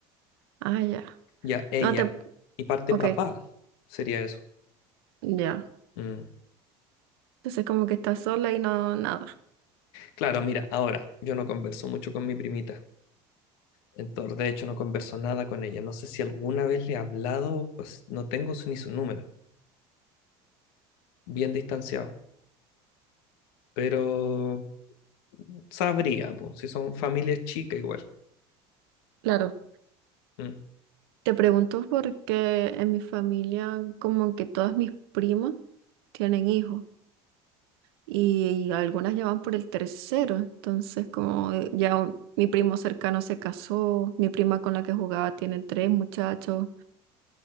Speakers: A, on the right; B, on the left.
A: ah, ya.
B: Ya, ella.
A: No te...
B: Y parte
A: Ok,
B: papá sería eso.
A: ya.
B: Mm.
A: Entonces como que estás sola y no nada.
B: Claro, mira, ahora yo no converso mucho con mi primita. Entonces, de hecho, no converso nada con ella. No sé si alguna vez le he hablado, pues no tengo su, ni su número. Bien distanciado. pero sabría, po, si son familias chicas igual.
A: Claro.
B: Mm,
A: Te pregunto porque en mi familia como que todas mis primas tienen hijos y, y algunas ya van por el tercero. Entonces como eh, ya un- mi primo cercano se casó, mi prima con la que jugaba tiene tres muchachos,